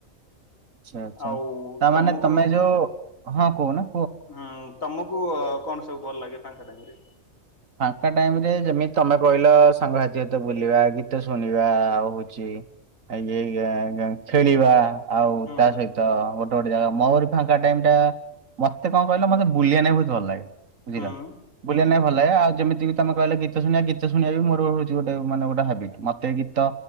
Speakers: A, on the right; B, on the left.
A: ଆଛା ଆଛା
B: ଆଉ
A: ତାମାନେ
B: ତମକୁ
A: ତମେ ଯୋଉ ହଁ କହୁନ?
B: ହୁଁ ତମକୁ କଣ ସବୁ ଭଲ ଲାଗେ ଫାଙ୍କା ଟାଇମରେ
A: ଫାଙ୍କା ଟାଇମରେ ଯେମିତି ତମେ କହିଲ ସାଙ୍ଗସାଥି ବୁଲିବା ଗୀତ ଶୁଣିବା ଆଉ ହଉଛି। <unintelligible> ଖେଳିବା ଆଉ
B: ହୁଁ
A: ତା ସହିତ ଗୋ ଗୋଟେ ଗୋଟେ ଜାଗା ମୋହରି ଫାଙ୍କା ଟାଇମ ମତେ କଣ କହିଲେ ମତେ ବୁଲିବା ନାଗି ବହୁତ ଭଲ ଲାଗେ। ବୁଝିକା
B: ହୁଁ ହୁଁ
A: ବୁଲିଆ ନାଇଁ ଭଲ ଆଉ ଯେମତିି ତମେ କହିଲେ ଗୀତ ଶୁଣିବା ଗୀତ ଶୁଣିବା ବି ମୋର ହଉଛି ଗୋଟେ ମାନେ ଗୋଟେ ହାବିଟ୍ ମତେ ଗୀତ